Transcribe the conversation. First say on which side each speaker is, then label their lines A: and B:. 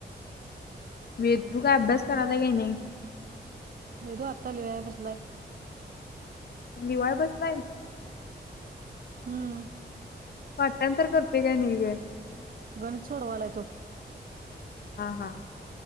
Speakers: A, on the left (about 65°); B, on the right (about 55°).
A: वेदू काय अभ्यास करायला काय नाही
B: वेद तो आत्ताा लिहाय बसलाय
A: लिवाय बसलाय
B: हम्म
A: पाठांतर करतय काय नाय ग
B: गणित सोडवालाय तो
A: हा हा